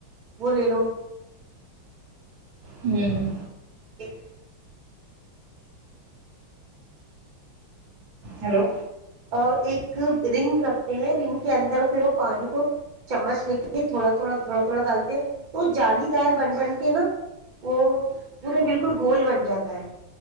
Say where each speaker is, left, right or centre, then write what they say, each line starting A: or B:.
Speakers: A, on the right (about 85°); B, on the right (about 55°).
A: بلی لو
B: ہوں ہ
A: ایک
B: ہیلو
A: اور ایک رنگ رکھتے ہیں رنگ کے اندر پھر وہ پانی کو چمچ رکھ کے تھوڑا تھوڑا تھوڑا تھوڑا ڈالتے ہیں تو جالی دار بن بن کے نا وہ پورے بالکل گول بن جاتا ہے